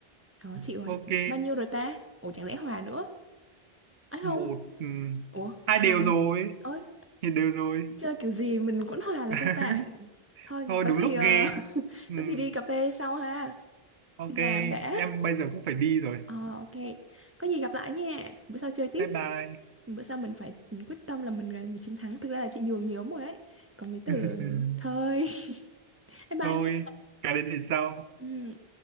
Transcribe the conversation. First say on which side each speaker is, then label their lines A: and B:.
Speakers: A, on the right; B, on the right.
A: đó
B: <laughs>
A: chịu ấy
B: ok
A: bao nhiêu rồi ta ủa chẳng lẽ hòa nữa ấy
B: một
A: không
B: ừm,
A: ủa
B: hai
A: hòa
B: đều rồi
A: ơi
B: thì đều rồi
A: chơi kiểu gì mình vẫn hòa là
B: <laughs>
A: sao ta thôi
B: thôi
A: có
B: đúng
A: gì
B: lúc
A: ờ,
B: ghê
A: <laughs>
B: Ừm,
A: có gì đi cà phê sau ha
B: ok
A: đi làm đã
B: em bây giờ cũng phải đi rồi
A: ờ ok có gì gặp lại nha bữa sau chơi tiếp
B: bye bye
A: bữa sau mình phải quyết tâm là mình là người chiến thắng thực ra là chị nhường nhiều lắm rồi ấy còn mấy từ
B: <laughs>
A: thôi <laughs> bye bye
B: thôi
A: nha
B: cái đến thì sau
A: ừ